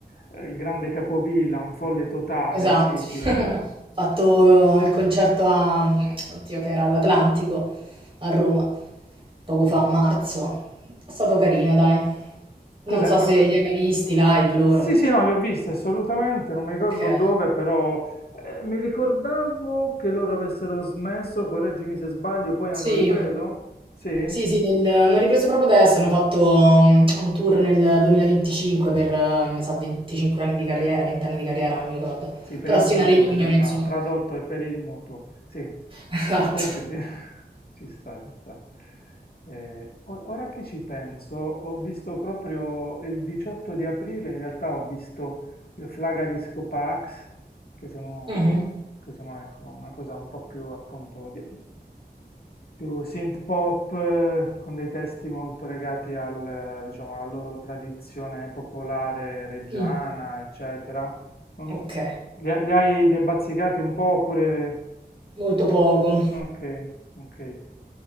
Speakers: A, on the left (about 65°); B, on the right (about 30°).
A: eh, il grande Capovilla, un folle totale,
B: Esatto.
A: sì, sì, vabbè,
B: <laughs> Ho Fatto il concerto a mhmm, oddio che era all'Atlantico a Roma, poco
A: vabbè.
B: fa, a marzo. È stato carino dai. Non
A: Cos'è?
B: so
A: Ma
B: se li hai mai visti live loro.
A: Sì, sì, no, li ho visti assolutamente, non mi ricordo
B: Okay.
A: dove, però eh, mi ricordavo che loro avessero smesso, correggimi se sbaglio, poi hanno
B: Sì.
A: ripreso? Sì?
B: Sì, sì, nel- hanno ripreso proprio adesso, hanno fatto mm, un tour nel 2025 per, eh, mi sa, 25 anni di carriera, 20 anni di carriera, non mi ricordo.
A: Sì, per
B: Però
A: il
B: sì,
A: mutuo
B: una reunion,
A: in realtà,
B: insomma.
A: tradotto è per il mutuo, sì.
B: <laughs> Esatto.
A: Comunque sì, <laughs> ci sta, ci sta. Eh, o- ora che ci penso, ho visto proprio il 18 di aprile, in realtà ho visto le Flaga Disco Pax, che sono,
B: Mhm.
A: che sono, ecco, una cosa un po' più appunto di- più synth pop, eh, con dei testi molto legati al, eh, diciamo, alla loro tradizione popolare reggiana,
B: Mm.
A: eccetera. Non-
B: Ok,
A: li, ha- li hai, li hai bazzicati un po' oppure
B: molto
A: ti,
B: poco.
A: Okay, okay.